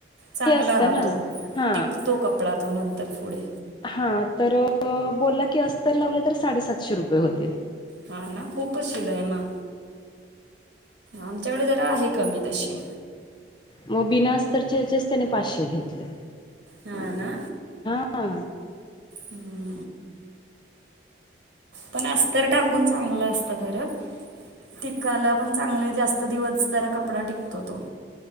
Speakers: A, on the right; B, on the left.
A: चांगला
B: हे असतं
A: राहतो
B: ना हा!
A: टिकतो कपडा तो नंतर पुढे
B: हा तर बोलला की, अस्तर लावलं तर साडेसातशे रुपये होतील.
A: हा ना खूपच शीलाई म. आमच्याकडे जरा आहे कमी तशी.
B: म बिना अस्तरच्या याचेच त्यानी पाचशे घेतले.
A: हा ना!
B: हा!
A: हूं! पण अस्तर टाकून चांगलं असतं खरं. टिकाला पण चांगले जास्त दिवस जरा कपडा टिकतो तो.